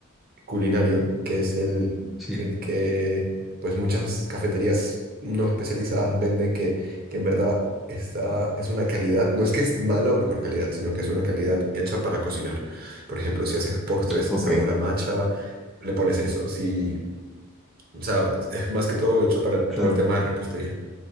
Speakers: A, on the right (about 45°); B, in the centre.
A: culinario, que es el,
B: Sí,
A: el que pues muchas cafeterías no especializadas venden que, que en verdad está, es una calidad, no es que es mala o mejor calidad, sino que es una calidad hecha para cocinar. Por ejemplo, si haces postres
B: ok,
A: sabor a matcha, le pones eso. Si, o sea, es más que todo hecho para
B: claro.
A: todo el tema de repostería.